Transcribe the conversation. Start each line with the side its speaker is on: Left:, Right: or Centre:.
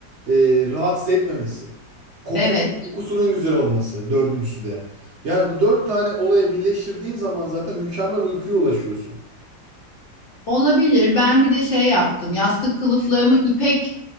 Right: e, rahatsız etmemesi. Koku,
Left: Evet.
Right: kokusunun güzel olması dördüncüsü de. Yani bu dört tane olaya birleştirdiğin zaman zaten mükemmel uykuya ulaşıyorsun.
Left: Olabilir. Ben bir de şey yaptım. Yastık kılıflarımı ipek